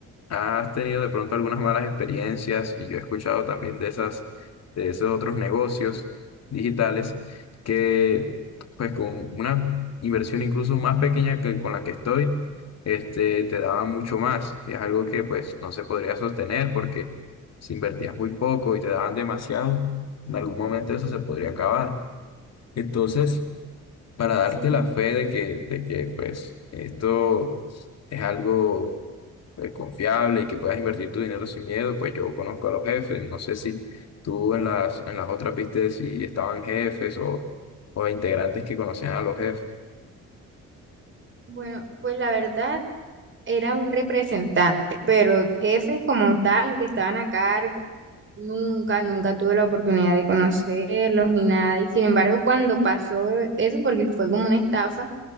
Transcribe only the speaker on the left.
has tenido de pronto algunas malas experiencias y yo he escuchado también de esas, de esos otros negocios digitales que pues con una inversión incluso más pequeña que con la que estoy, este, te daban mucho más y es algo que pues no se podría sostener porque si invertías muy poco y te daban demasiado, en algún momento eso se podría acabar. Entonces, para darte
la fe de que, de que pues, esto es algo eh, confiable y que puedas invertir tu dinero sin miedo, pues yo conozco a los jefes. No sé si tú en las, en las otras viste si estaban jefes o, o integrantes que conocían a los jefes.